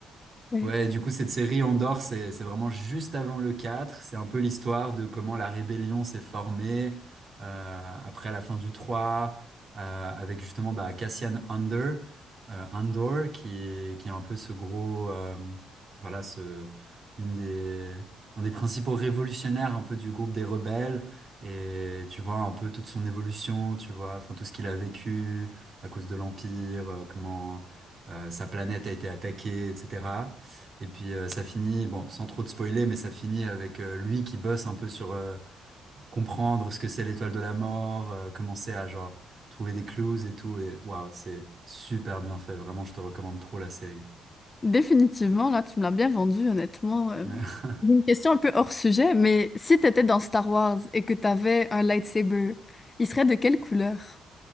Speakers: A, on the left; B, on the right.
A: Ouais.
B: Ouais, du coup, cette série Andorre, c'est c'est vraiment juste avant le 4. C'est un peu l'histoire de comment la rébellion s'est formée euh, après la fin du 3, euh, avec justement bah, Cassian Andor, euh, Andor qui est, qui est un peu ce gros, euh, voilà, ce, une des, un des principaux révolutionnaires un peu du groupe des rebelles. Et tu vois un peu toute son évolution, tu vois, enfin tout ce qu'il a vécu à cause de l'Empire, euh, comment euh, sa planète a été attaquée, etc. Et puis euh, ça finit, bon, sans trop de spoiler, mais ça finit avec euh, lui qui bosse un peu sur euh, comprendre ce que c'est l'étoile de la mort, euh, commencer à genre trouver des clues et tout. Et waouh, c'est super bien fait. Vraiment, je te recommande trop la série.
A: Définitivement, là, tu me l'as bien vendu, honnêtement. euh.
B: Ouais.
A: J'ai Une question un peu hors sujet, mais si t'étais dans Star Wars et que t'avais un lightsaber, il serait de quelle couleur?